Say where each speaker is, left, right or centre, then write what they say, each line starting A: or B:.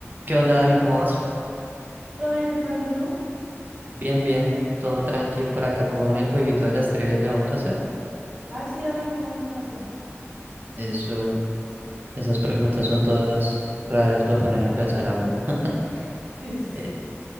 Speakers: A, on the right; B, on the right.
A: ¿Qué onda, Dani? ¿Cómo vas?
B: ¿Todo bien, Ricardo? ¿Y tú?
A: Bien, bien, todo tranqui por acá con el jueguito de las trivias le vamos a hacer.
B: Ay, sí, dale, jugamos un rato.
A: Eso, esas preguntas son todas raras, lo ponen a pensar a uno. <laughs>
B: Sí, sí, sí.
A: Eh,